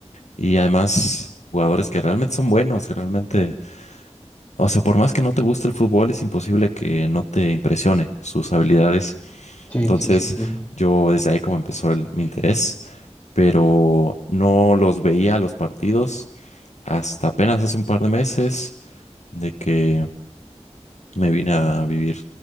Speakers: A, on the left; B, on the left.
A: y además jugadores que realmente son buenos, que realmente, o sea, por más que no te guste el fútbol, es imposible que no te impresione sus habilidades.
B: sí,
A: Entonces,
B: sí, sí, sí.
A: yo desde ahí como empezó el- mi interés, pero no los veía los partidos hasta apenas hace un par de meses de que me vine a vivir